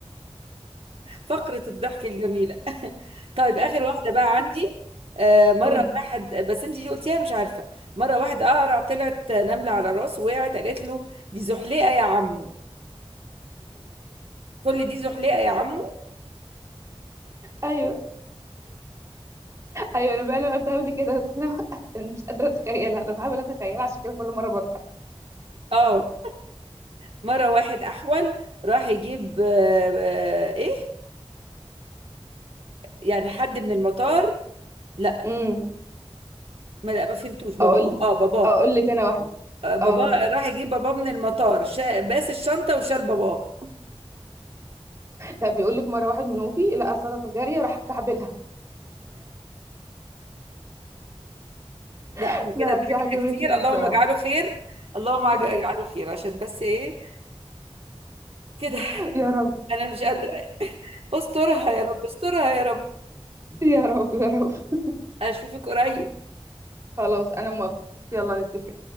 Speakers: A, on the right (about 65°); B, on the right (about 30°).
A: فقرة الضحك الجميلة <laughs> طيب آخر واحدة بقى عندي آه، مرة
B: قولي
A: واحد بس انت دي قلتيها مش عارفة مرة واحد أقرع طلعت نملة على راسه وقعت قالت له دي زحليقة يا عمو كل دي زحليقة يا عمو
B: ايوه ايوه انا بقى انا قلتها قبل كده بس انا <laughs> أنا مش قادره اتخيلها انا بحاول اتخيلها عشان كده كل مره بضحك
A: اه مرة واحد أحول راح يجيب آه، آه، ايه يعني حد من المطار لا
B: امم
A: ما لا ما فهمتوش باباه
B: اقول
A: اه باباه
B: اقول لك انا واحده
A: آه، باباه
B: اه
A: راح يجيب باباه من المطار شا... باس الشنطة وشال باباه
B: لا بيقول لك مره واحد منوفي لقى صدقه جاريه راح مكعبلها
A: لا
B: <laughs>
A: احنا
B: لا
A: كده ضحكنا
B: دي عجبتني
A: كتير
B: دي
A: اللهم
B: صراحه
A: اجعله خير اللهم اج-
B: يا
A: اجعله
B: رب
A: خير عشان بس ايه كده
B: يا رب
A: <laughs> انا مش قادره استرها يا رب استرها يا رب
B: يا رب يا رب
A: اشوفك قريب
B: خلاص انا موافقة يلا نتفق